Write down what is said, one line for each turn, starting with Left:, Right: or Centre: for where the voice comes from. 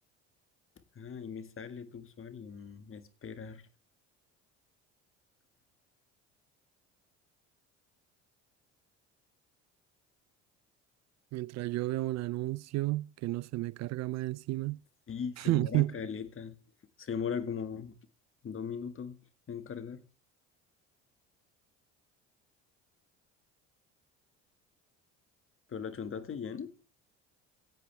Left: Ah, y me sale tu usuario. mm, Esperar.
Right: Mientras yo veo un anuncio que no se me carga más encima.
Left: Sí, se
Right: <laughs>
Left: demora caleta. Se demora como dos minutos en cargar. Pero la chuntaste bien.